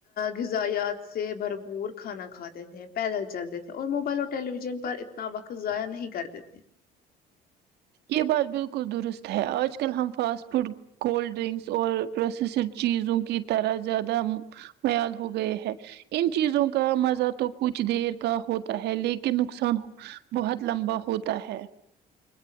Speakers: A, on the left; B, on the right.
A: غذایات سے بھرپور کھانا کھاتے تھے پیدل چلتے تھے اور موبائل اور ٹیلی ویژن پر اتنا وقت ضائع نہیں کرتے تھے
B: یہ بات بالکل درست ہے آج کل ہم فاسٹ فوڈ کولڈ ڈرنکس اور پروسیسڈ چیزوں کی طرح زیادہ معیاد ہو گئے ہے ان چیزوں کا مزہ تو کچھ دیر کا ہوتا ہے لیکن نقصان بہت لمبا ہوتا ہے